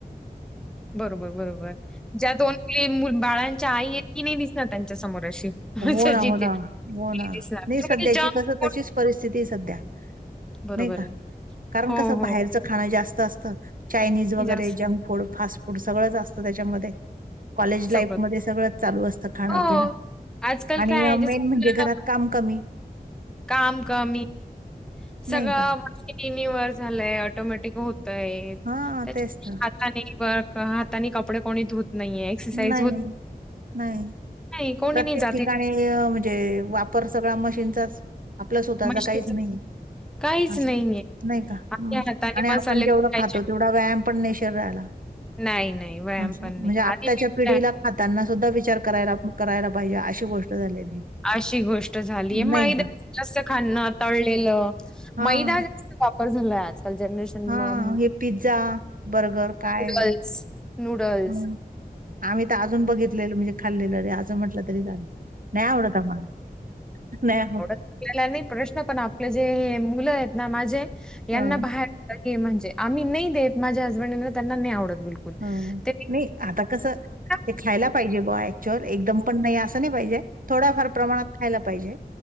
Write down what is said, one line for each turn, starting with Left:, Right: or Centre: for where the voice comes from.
Centre: बरोबर बरोबर ज्या दोन तीन मु बाळांच्या आई, कि नाही दिसणार त्यांच्या समोर अशी.
Right: हो
Centre: अच्छा
Right: ना
Centre: जी
Right: हो
Centre: त्या
Right: ना हो
Centre: ती
Right: ना
Centre: दिसणार.
Right: नाही
Centre: बरोबर
Right: सध्याची
Centre: आहे. जंक
Right: कस
Centre: फूड
Right: तशीच परिस्थिती सध्या.
Centre: बरोबर
Right: नाही का
Centre: आहे.
Right: कारण
Centre: हो,
Right: कस बाहेर.
Centre: हो.
Right: त खाणं जास्त असत चायनीज वगैरे
Centre: जास्तच
Right: जंक फूड फास्ट फूड सगळंच असतं त्याच्यामध्ये. कॉलेज लाईफ
Centre: सगळं.
Right: मध्ये सगळं चालू असतं खाणपिण.
Centre: हो. आजकाल
Right: आणि
Centre: काय आहे, जसं
Right: मेन म्हणजे
Centre: मुलांना
Right: घरात
Centre: पण
Right: काम कमी.
Centre: काम कमी सगळं.
Right: नाही का?
Centre: रिनिवर झालंय ऑटोमॅटिक होतय
Right: हां,
Centre: त्याच्या
Right: तेच तर.
Centre: आता. खालीवर का हाता हातानी कपडे कोणी धुत नाहीये. एक्सरसाइज
Right: नाही
Centre: होत
Right: नाही.
Centre: नाही कोणी
Right: प्रत्येक
Centre: नाही जात
Right: ठिकाणी म्हणजे वापर सगळा मशीनचाच आपल्या स्वतःचा
Centre: मशीनच
Right: काहीच नाही.
Centre: काहीच
Right: अस
Centre: नाहीये.
Right: नाही का
Centre: आपल्या
Right: ह
Centre: हाताने
Right: आणि आपण
Centre: मसाले
Right: जेवढं
Centre: कुटायचे.
Right: खातो तेवढा व्यायाम पण नाही शरीराला.
Centre: नाही, नाही व्यायाम
Right: अच्छा
Centre: पण
Right: म्हणजे
Centre: नाही.
Right: आत्ताच्या
Centre: आधी फिरताय
Right: पिढीला. हातांना सुद्धा विचार करायला करायला पाहिजे अशी गोष्ट. झालेली आहे.
Centre: अशी गोष्ट झालीय मैदा
Right: नाही का
Centre: जास्त खाना तळलेलं
Right: हां
Centre: मैदा जास्त. वापर झालाय आज. जनरेशन
Right: हां
Centre: म
Right: हे पिझ्झा, बर्गर काय
Centre: नूडल्स नूडल्स.
Right: हं आम्ही तर अजून बघितलेलं म्हणजे खाल्लेलं रे असजं म्हटलं तरी झालं. नाही आवडता म्हाला नाही्या.
Centre: आपला नाही प्रश्न पण आपले जे मुलं आहेत ना माझे यांना
Right: हं
Centre: बाहेर. आणखी म्हणजे आम्ही नाही देत माझ्या हसबंडना त्यांना नाही आवत बिलकु.
Right: हं
Centre: त
Right: नाही आता कसं ते
Centre: <inaudible>
Right: खायला पाहिजे ब ऍक्च्युअल एकदम पण नाही असं नाही पाहिजे थोड्याफार प्रमाणात खायला पाहिजे.